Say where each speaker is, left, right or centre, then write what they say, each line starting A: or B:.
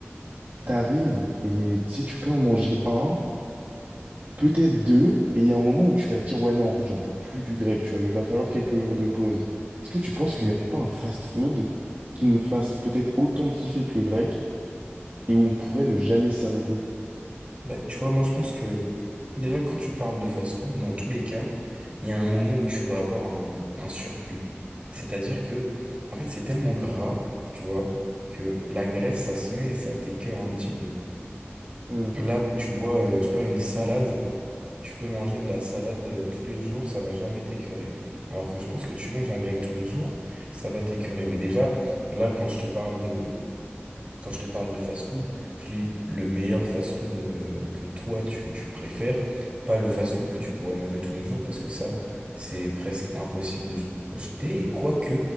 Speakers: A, on the right (about 50°); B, on the right (about 30°).
A: t'arrives et si tu peux en manger un, peut-être deux, et il y a un moment où tu vas dire, ouais, non, en fait, j'en peux plus du grec, tu vois, il va falloir quelques jours de pause. Est-ce que tu penses
B: Mm.
A: qu'il n'y aurait pas un fast-food qui nous fasse peut-être autant kiffer que le grec, et où on pourrait ne jamais s'arrêter?
B: Bah, tu vois, moi, je pense que déjà, quand tu parles de fast-food, dans tous les cas, il y a un moment où tu vas avoir un, un surplus. C'est-à-dire que, en fait, c'est tellement gras, tu vois, que la graisse, ça se met et ça t'écœure un petit peu.
A: Hmm.
B: Là où tu vois, euh, je sais pas, une salade. Tu peux manger de la salade euh, tous les jours, ça va jamais t'écœurer. Alors que je pense que tu manges un grec tous les jours, ça va t'écœurer. Mais déjà, là, quand je te parle de, quand je te parle de fast-food, je te dis le meilleur fast-food euh, que toi tu, tu préfères, pas le fast-food que tu pourrais manger tous les jours, parce que ça, c'est presque impossible de se projeter. Et quoique,